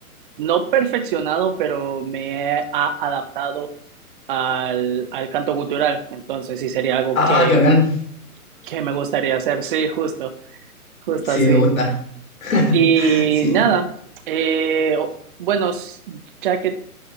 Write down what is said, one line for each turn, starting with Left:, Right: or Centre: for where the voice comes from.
Right: no perfeccionado, pero me he a- adaptado al, al canto cultural, entonces sí sería algo
Left: Ah,
Right: que,
Left: qué bacán.
Right: que me gustaría hacer, sí, justo, justo
Left: Sí,
Right: así.
Left: me gusta. <laughs>
Right: Y
Left: Sí.
Right: nada, eh, bueno, s- ya que